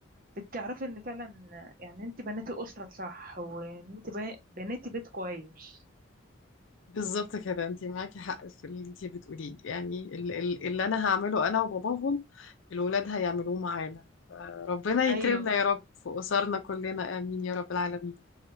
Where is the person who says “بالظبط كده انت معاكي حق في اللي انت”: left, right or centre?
Left